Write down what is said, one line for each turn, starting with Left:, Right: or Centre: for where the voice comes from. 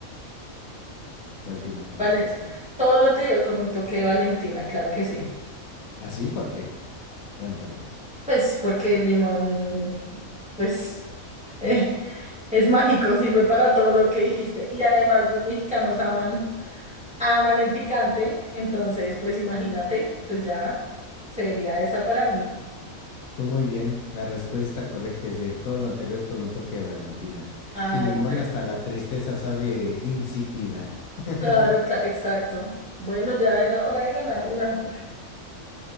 Left: ¿Cuál te imaginas
Centre: Vale.
Left: que sea?
Centre: Todo lo anterior con un toque de Valentina, claro que sí.
Left: ¿Así? ¿Por qué? Cuéntame.
Centre: Pues porque el limón, pues, <laughs> eh, es mágico, sirve para todo lo que dijiste. Y además los mexicanos aman, aman el picante. Entonces, pues imagínate, pues ya sería esa para mí.
Left: Tú muy bien. La respuesta correcta es de todo lo anterior con un toque de Valentina.
Centre: Ay,
Left: Sin limón
Centre: pues,
Left: hasta la tristeza sabe insípida. <laughs>
Centre: claro, cla- exacto. Bueno, ya era hora de ganar una.